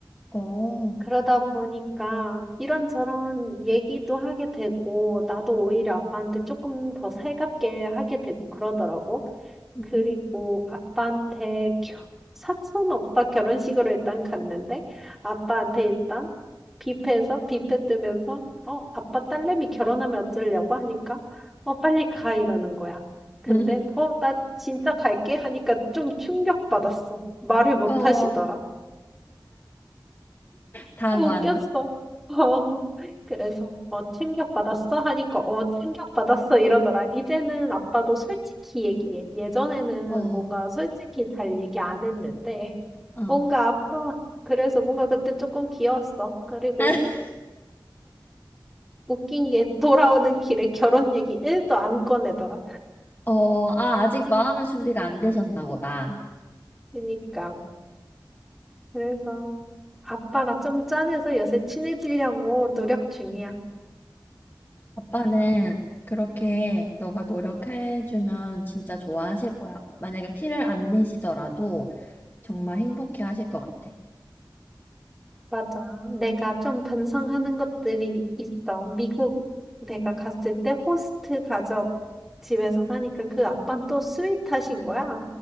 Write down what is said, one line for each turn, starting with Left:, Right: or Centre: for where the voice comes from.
Left: 어.
Centre: 그러다 보니까 이런저런 얘기도 하게 되고, 나도 오히려 아빠한테 조금 더 살갑게 하게 되고 그러더라고.
Left: 음.
Centre: 그리고 아빠한테 겨 사촌 오빠 결혼식으로 일단 갔는데 아빠한테 일단 뷔페에서 뷔페 뜨면서 어 아빠 딸내미 결혼하면 어쩌려고 하니까 어 빨리 가 이러는 거야. 근데
Left: <laughs>
Centre: 어 나 진짜 갈게 하니까 좀 충격받았어. 말을 못
Left: 음. 어,
Centre: 하시더라.
Left: 당황.
Centre: 웃겼어. <laughs> 어. 그래서 "어 충격받았어?" 하니까 "어 충격받았어." 이러더라. "이제는 아빠도 솔직히 얘기해." 예전에는
Left: 어,
Centre: 뭔가 솔직히 잘 얘기 안 했는데
Left: 어.
Centre: 뭔가 아빠 그래서 뭔가 그때 조금 귀여웠어. 그리고
Left: <laughs>
Centre: 웃긴 게 돌아오는 길에 <laughs> 결혼 얘기 1도 안 꺼내더라.
Left: 어, 아, 아직 마음의 준비가 안 되셨나 보다.
Centre: 그니까 러 그래서 아빠가 좀 짠해서 요새 친해지려고 노력 중이야.
Left: 아빠는 그렇게 너가 노력해주면 진짜 좋아하실 거야. 만약에 티를 안 내시더라도 정말 행복해 하실 것 같아.
Centre: 맞아. 내가 좀 반성하는 것들이 있어. 미국 내가 갔을 때 호스트 가족 집에서 사니까 그 아빠는 또 스윗하신 거야.